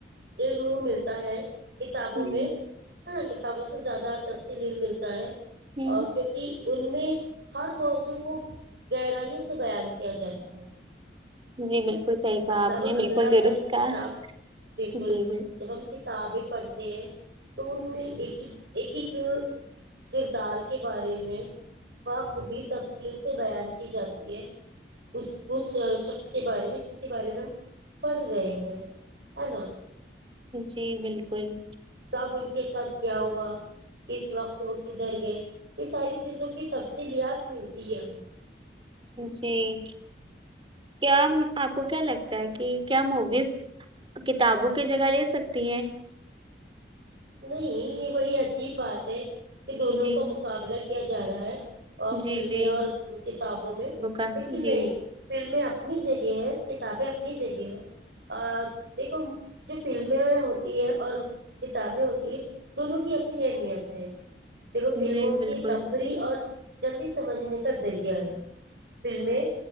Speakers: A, on the right; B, on the right.
A: علم ملتا ہے کتابوں
B: ہ
A: میں ہے نا کتابوں سے زیادہ تفصیلل ملتا ہے
B: ہ
A: ا کیونکہ ان میں ہر موضوع کو گہرائیوں سے بیان کیا جاتا ہے جائے
B: جی بالکل صحیح
A: مطلب
B: کہا آپ نے
A: اگر
B: بالکل
A: ہم
B: درست
A: جب
B: کہا
A: کتاب بالکل
B: جی
A: جب ہم ک کتابیں پڑھتے ہیں تو ان میں ایک ایک ایک ایک کردار کے بارے میں بخوبی تفصیل سے بیان کی جاتی ہے اس اس شخص کے بارے میں ج <unintelligible> کے بارے میں ہم پڑھ رہے ہیں ہے نا <unintelligible>
B: جی بالکل <unintelligible>
A: اب ان کے ساتھ کیا ہوا کس وقت وہ کدھر گئے یہ ساری چیزوں کی تفصیلت ملتی ہے ہمیں <unintelligible>
B: جی کیا آپ کو کیا لگتا ہے کہ کیا موگیز کتابوں کی جگہ لے سکتی ہیں <unintelligible>
A: نہیں یہ بڑی عجیب بات <unintelligible> ایک <unintelligible> کہ دونوں
B: جی
A: کا مقابلہ <unintelligible> کیا جا رہا ہے <unintelligible> اور
B: جی
A: فلمیں
B: جی
A: اور کتابوں میں
B: کا
A: لیکن
B: جی
A: نہیں فلمیں ا <unintelligible> اپنی جگہ ہے کتابیں اپنی جگہ ہے دیکھو جو فلمیں ہوتی ہے اور ک کتابیں ہوتی ہے دونوں کی اپنی اہمیت ہے <unintelligible> دیکھو فلموں
B: جی بالکل
A: کی تفریح اور <unintelligible> جلدی سمجھنے کا ذریعہ ہے فلمیں